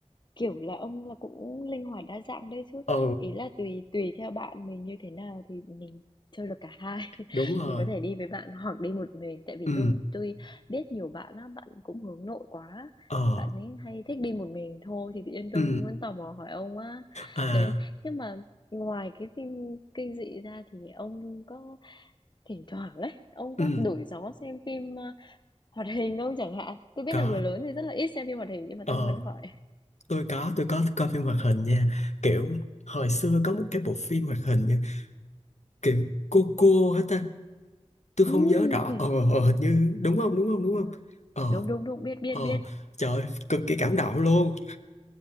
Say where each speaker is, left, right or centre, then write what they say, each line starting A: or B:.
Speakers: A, on the left; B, on the left.
A: Kiểu là, ông là cũng linh hoạt đa dạng đấy chứ.
B: ờ
A: Ý là tùy tùy theo bạn mình như thế nào thì mình chơi được cả hai. <laughs>
B: đúng rồi
A: Mình có thể đi với bạn hoặc đi một mình, tại vì
B: ừ
A: tôi tôi biết nhiều bạn á, bạn cũng hướng nội quá.
B: ờ
A: Bạn ấy hay thích đi một mình thôi thì tự nhiên tôi
B: ừ
A: muốn tò mò hỏi ông á.
B: à
A: Đấy, nhưng mà ngoài cái phim kinh dị ra thì ông có thỉnh thoảng ấy, ông có
B: ừ
A: đổi gió xem phim ờ, hoạt hình không chẳng hạn? Tôi biết
B: có
A: là người lớn thì rất là ít xem phim hoạt hình nhưng mà
B: ờ
A: tôi muốn hỏi.
B: tôi có tôi có coi phim hoạt hình nha kiểu hồi xưa có một cái bộ phim hoạt hình nha kiểu cô cô hết ta tôi
A: Ừm.
B: không nhớ rõ ờ ờ, hình như đúng không đúng không đúng
A: Ừm.
B: không ờ
A: Đúng, đúng, đúng, biết, biết,
B: ờ
A: biết.
B: trời ơi, cực kỳ cảm động luôn